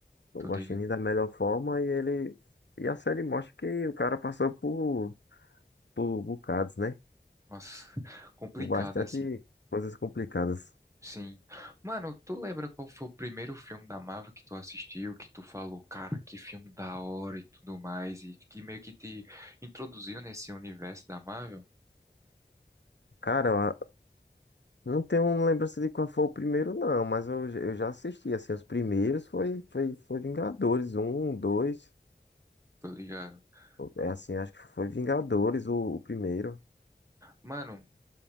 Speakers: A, on the left (about 90°); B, on the right (about 15°).
A: O
B: tô
A: guaxinim
B: ligado.
A: da melhor forma e ele... E a série mostra que o cara passou por, por bocados, né?
B: Nossa, <laughs> complicado,
A: Por bastante
B: assim.
A: coisas complicadas.
B: Sim. Mano, tu lembra qual foi o primeiro filme da Marvel que tu assistiu, que tu falou, cara, que filme da hora e tudo mais, e que meio que te introduziu nesse universo da Marvel?
A: Cara, eu não tenho lembrança de qual foi o primeiro, não, mas eu, j- eu já assisti, assim, os primeiros foi, foi, foi Vingadores, um, dois,
B: Tô ligado.
A: é
B: Ma-
A: assim, acho que foi Vingadores o, o primeiro.
B: Mano,